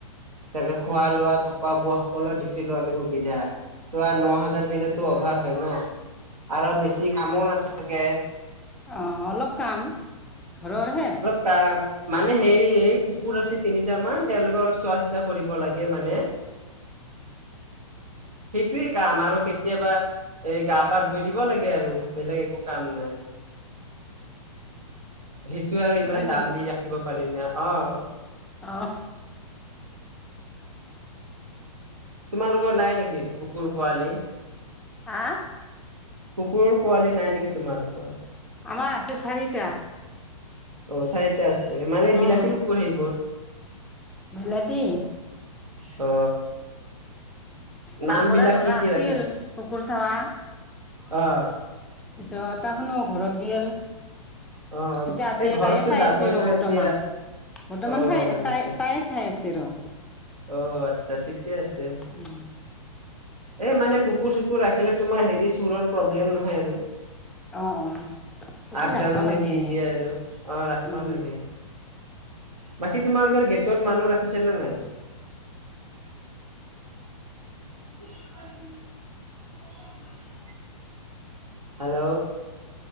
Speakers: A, on the right (about 85°); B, in the centre.
A: তাকে খোৱা লোৱা থকা বোৱা সকলো দিছিলো আমি সুবিধা, ত আৰু ন হাজাৰ দিলে টো অভাৰ হয় ন আৰু বেছি কামো নাথাকে।
B: অঁ অলপ কাম ঘৰৰহে।
A: পা মানে হেৰি এই কুকুৰ আছে তিনিটা মান তেওঁলোকৰ অলপ চোৱা চিতা কৰিব লাগে মানে। সেইটোৱে কাম আৰু কেতিয়াবা এই গা পা ধুই দিব লাগে আৰু, বেলেগ একো কাম নাই। সেইটো আৰু ইমান
B: হয়
A: দাম দি ৰাখিব পাৰি না অঁ।
B: অঁ।
A: তোমালোকৰ নাই নেকি কুকুৰ পোৱালি?
B: হা
A: কুকুৰৰ পোৱালি নাই নেকি তোমালোকৰ?
B: আমাৰ আছে চাৰিটা।
A: অঁ চাৰিটা আছে, মানে বিলাতি
B: উম
A: কুকুৰ সেইবোৰ।
B: বিলাতী
A: অ।
B: কাম
A: নাম
B: কৰা
A: বিলাক
B: ল'ৰা
A: কি কি
B: আছিল
A: ৰাখি
B: কুকুৰ চাৱা
A: অঁ
B: পিছত টাউনৰ ঘৰত গেল।
A: অ
B: এতিয়া আছে
A: এই ঘৰততো
B: তাইে চাই
A: যাবই
B: আছে আৰু
A: ন
B: বৰ্তমান।
A: এতিয়া
B: বৰ্তমান
A: অ
B: ঠাই
A: হয় নেকি
B: চাই তাই চাই আছে ৰ।
A: অ আচ্ছা ঠিকে আছে।
B: উম।
A: এই মানে কুকুৰ চুকুৰ ৰাখিলে তোমাৰ হেৰি চোৰৰ প্ৰব্লেম নহয় আৰু।
B: অ অ কুকুৰ
A: আগজাননী
B: ৰাখবা লাগে
A: দি দিয়ে আৰু অঁ ৰাখব
B: উম
A: লাগে। বাকী তোমালোকৰ গেটত মানুহ ৰাখিছে নে নাই? <unintelligible> হেল্ল।